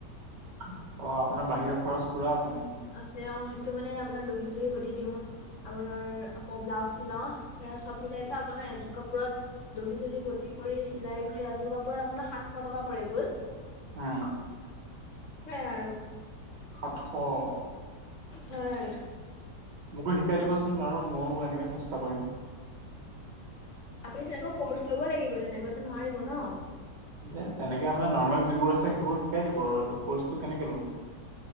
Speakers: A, on the right; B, on the left.
A: অ! আপোনাৰ বাহিৰা খৰচ পুৰা আছে মানে।
B: আছে অঁ সেইটো মানে আপোনাৰ দহি-চহি বতি দিওঁ। আপোনাৰ আকৌ ব্লাউজ চিলাও সেয়া চব মিলাই থৈ আপোনাৰ এযোৰ কাপোৰত দহি-চহি বটি কৰি, চিলাই কৰি এযোৰ কাপোৰত আপোনাৰ সাতশ টকা পৰে গৈ।
A: উম।
B: সেয়া আৰু।
A: সাতশ?
B: হয়।
A: মোকো শিকাই দিব চোন বাৰু ময়ো এনেকে চেষ্টা কৰিম।
B: আপুনি তেনেকুৱা কৰ্চ ল'ব লাগিব তেনেকৈটো নোৱাৰিব ন।
A: যে তেনেকে মানে নৰ্মেল যিবোৰ আছে সেইবোৰ শিকাই দিব আৰু এইটো কৰ্চটো কেনেকে লম।